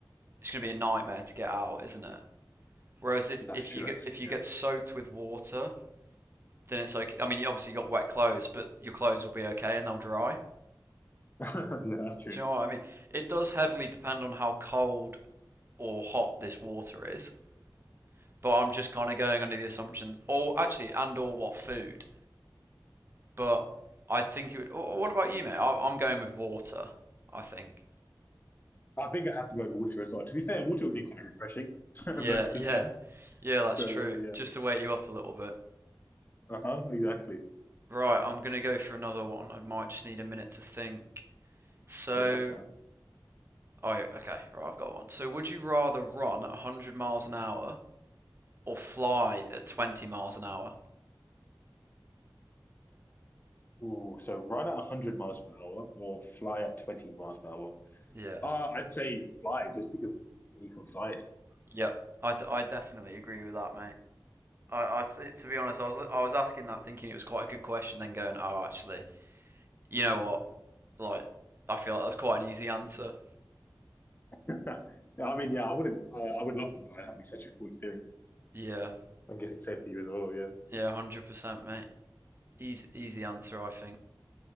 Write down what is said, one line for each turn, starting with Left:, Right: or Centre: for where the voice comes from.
Right: it's gonna be a nightmare to get out, isn't it? Whereas if
Left: That's
Right: if
Left: true
Right: you get
Left: actually,
Right: if you
Left: yeah.
Right: get soaked with water, then it's okay. I mean, you obviously got wet clothes, but your clothes will be okay and they'll dry.
Left: <laughs> Yeah, that's true.
Right: Do you know what I mean? It does heavily depend on how cold or hot this water is. But I'm just kind of going under the assumption, or actually, and or what food. But I think it would. or What about you, mate? I- I'm going with water. I think.
Left: I think I have to go to water as well. To be fair, water would be kind of refreshing <laughs>
Right: Yeah,
Left: most
Right: yeah,
Left: of the time.
Right: yeah. That's
Left: So
Right: true.
Left: yeah.
Right: Just to wake you up a little bit.
Left: Uh-huh, exactly.
Right: Right, I'm gonna go for another one. I might just need a minute to think. So,
Left: Yeah, that's fine.
Right: oh, okay, right, I've got one. So, would you rather run at 100 miles an hour or fly at 20 miles an hour?
Left: Ooh, so run at 100 miles per hour or fly at 20 miles per hour.
Right: Yeah.
Left: Uh, I'd say fly just because you can fly.
Right: Yep, I, d- I definitely agree with that, mate. I, I th- to be honest, I was I was asking that thinking it was quite a good question, then going, oh, actually, you know what? Like, I feel like that's quite an easy answer.
Left: <laughs> Yeah, I mean, yeah, I wouldn't. I, I would love to fly. That'd be such a cool experience.
Right: Yeah,
Left: I'm getting same for you as well. Yeah,
Right: yeah, one hundred percent, mate. Easy, easy answer, I think.